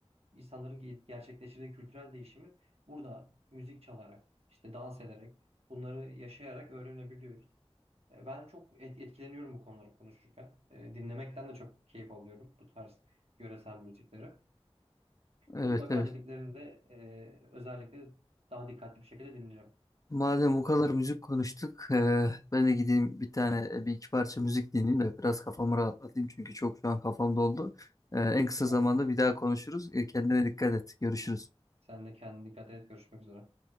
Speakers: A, on the right; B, on the left.
A: insanların gerçekleştirdiği kültürel değişimi burada müzik çalarak, işte dans ederek Bunları yaşayarak öğrenebiliyoruz. E, Ben çok et- etkileniyorum bu konuları konuşurken. E, Dinlemekten de çok keyif alıyorum bu tarz yöresel müzikleri.
B: Evet,
A: Mutlaka
B: evet.
A: dediklerini de e, özellikle daha dikkatli bir şekilde dinleyeceğim.
B: Madem bu kadar müzik konuştuk, eee, ben de gideyim bir tane e, bir iki parça müzik dinleyeyim de biraz kafamı rahatlatayım çünkü çok şu an kafam doldu. Eee, en kısa
A: Olur.
B: zamanda bir daha konuşuruz. Eee, kendine dikkat et. Görüşürüz.
A: Sen de kendine dikkat et. Görüşmek üzere.